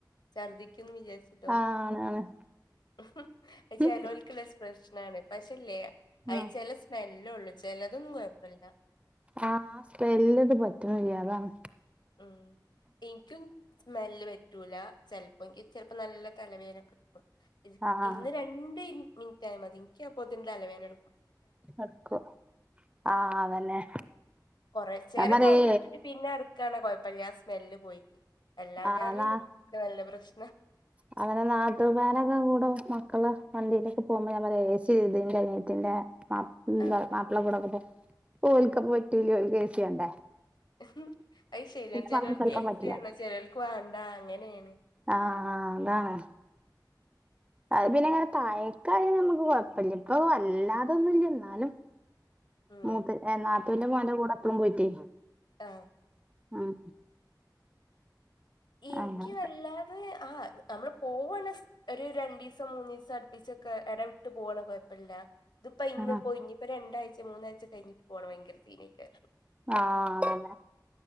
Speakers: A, on the left; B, on the right.
A: ഛർദിക്കുംന്ന് വിചാരിച്ചിട്ടോ
B: ആഹ് ആണ് ആണ്
A: ഉംഹ് ചെലോൽക്ക്
B: ഉം
A: ളള. പ്രശ്നാണ് പക്ഷേല്ലേ അത്
B: ആഹ്
A: ചെല സ്മെല്ലൊള്ളു ചെലതൊന്നും കുഴപ്പല്ല.
B: ആഹ് സ്മെല്ലത് പറ്റണില്ല അതാണ്.
A: ഉം ഇനിക്കും സ്മെല്ല് പറ്റൂല ചെല്പ്പോ എ നല്ല തലവേദനൊക്കെ എടുകും
B: ആഹ്
A: ഇന്ന് രണ്ട് മിനുറ്റായ മതി ഇൻക്ക് അപോത്തിന് തലവേദനിടു
B: എടുക്കും ആഹ് അതന്നെ.
A: കൊറചേര
B: ഞാൻ പറയേ
A: തുറന്നിട്ടിട്ട് പിന്നെ അത് അടക്കാണെ കൊഴപ്പല്ല സ്മെല്ല് പോയി കിട്ടും അല്ലാഞ്ഞാല്
B: ആഹ് നാ
A: ഇൻക് നല്ല പ്രശ്ന.
B: അങ്ങനെ നാത്തൂമാരൊക്കെ കൂടെ മക്കള് വണ്ടിയിലൊക്കെ പോകുമ്പോൾ ഞാൻ പറയും എസി ഇട് ഇതിന്റെ അനിയത്തിന്റെ. മാപ്പിള്ള
A: ആഹ്
B: മാപ്പിള ഇവിടാകുമ്പോ ഓല്ക്ക് അപ്പൊ പറ്റൂല ഓൽക്ക് എസിയാണ്ടേ.
A: ഉംഹ് അത് ശരിയാണ് ചിലവർക്ക്
B: വെള്ളം കേൾക്കാൻ
A: എ
B: പറ്റില്ല
A: സി വേണം ചിലവൾക്ക് വേണ്ട അങ്ങനെയാണ്.
B: ആഹ് ആഹ് അതാണ്. അത് പിന്നെ ഇങ്ങനെ താഴെക്കാണേൽ നമുക്ക് കുഴപ്പില്ല ഇപ്പ വല്ലാതൊന്നുല്ല എന്നാലും.
A: ഉം
B: മൂത്ത നാത്തുന്റെ മോന്റെ കൂടെ എപ്പഴും പോയിട്ട്
A: ആ
B: ആഹ്
A: ഇന്ക്ക്
B: അങ്ങനെ
A: വല്ലാതെ ആ നമ്മള് പോവണ ഒരു രണ്ടിസം മൂന്നിസം അടുപ്പിച്ചൊക്കെ ഇടവിട്ട് പോവാണേൽ കുഴപ്പല്ല. ഇതിപ്പോ ഇന്ന്
B: ആഹ്
A: പോയി ഇനിപ്പോ രണ്ടാഴ്ച്ച മൂന്നാഴ്ച കഴിഞ്ഞിട്ട് പോണം ഭയങ്കര സീനെക്കാരും.
B: ആഹ് അതന്നെ